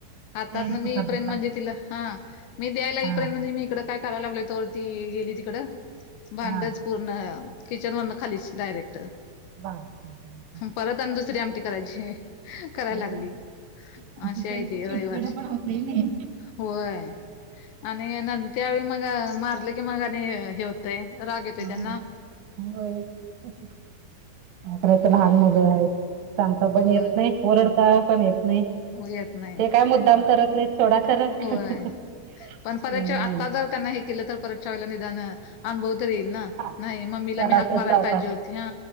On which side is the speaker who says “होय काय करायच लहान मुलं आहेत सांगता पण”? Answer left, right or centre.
Right